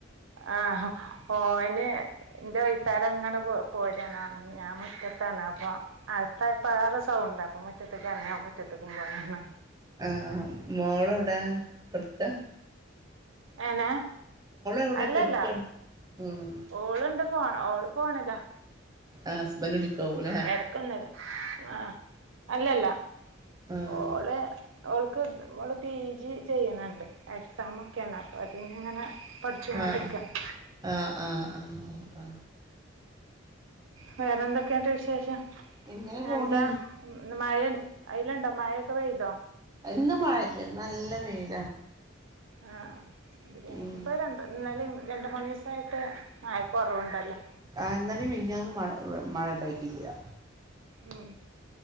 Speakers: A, on the right (about 75°); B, on the right (about 20°).
A: ആഹ് ഓന് ഇന്റെ വൈത്താലങ്ങനെ പോ പോരാണ് ഞാൻ മുറ്റത്താണ് അപ്പൊ അകത്തായപ്പോ വേറെ സൗണ്ട് ണ്ട് അപ്പൊ മുറ്റത്ത്ക്ക് എർങ്ങിയാ മുറ്റത്തക്കു വന്ന്ണ്
B: ആഹ് മോളൊഔടെകെട്ക്കാ
A: ഏങ്ങനെ
B: എവിടെ
A: അല്ലല്ല
B: കെടക്കാണ് ഉം
A: ഓള്ണ്ട് ഫോ ഓള് ഫോണിലാ
B: ആ ഹസ്ബൻറ് വിളിക്കാവൂ ല്ലേ
A: കിടക്കുന്നില്ല ആ അല്ലല്ല
B: ആഹ്
A: ഓള് ഓൾക്ക് ഓള് പി ജി ചെയ്യുന്നുണ്ട് എക്സാമൊക്കേണ് അപ്പോ അതിനിങ്ങനെ പഠിച്ചു കൊണ്ടിരിക്കുകയാണ്
B: ആ ആ ആ ആ ആ ആ
A: വേറെ എന്തൊക്കെണ്ട് വിശേഷം
B: എങ്ങനെ പോണ്
A: എന്താ മഴ അയ്ലണ്ടോ മഴൊക്കെ പെയ്തോ
B: ഇന്ന് മഴല്ല ഇന്നല്ല വെയില്
A: ആഇ
B: ഉം
A: ഇപ്പൊ രണ്ട് ഇന്നലേ രണ്ട് മൂന്ന് ദിവസമായിട്ട് മഴക്ക് കുറവുണ്ടല്ലോ
B: ആ ഇന്നലെ മിഞ്ഞാന്നുംമഴ മഴ ഇണ്ടായിട്ടില്ല
A: ഉം